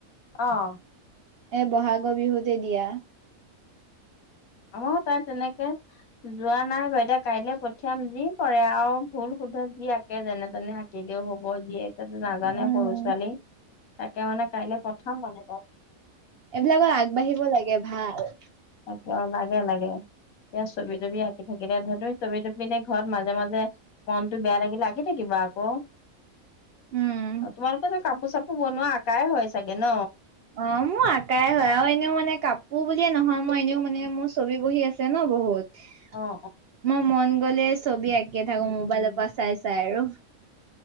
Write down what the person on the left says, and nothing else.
আহ-
অ তাই তেনেকে যোৱা নাই বা দে কাইলে পঠিয়াম যি কৰে আৰু ভুল- শুদ্ধ যি আঁকে যেনে তেনে আঁকিলেও হওক- যিয় এতিয়াতো নাজানে
সৰু ছোৱালী তাকে মানে কাইলৈ পঠাম মানে ত-
তাকে লাগে লাগে- এতিয়া ছবি তবি আঁকি থাকিলে ধৰিও ছবি তবি ঘৰত মাজে মাজে মনতটো বেয়া লাগিলে আঁকি থাকিব - প ক-
অ তোমালোকো যে কাপোৰ চাপোৰ বনোৱা আকাই হয় চাগে ন?
অ অ
উম
উম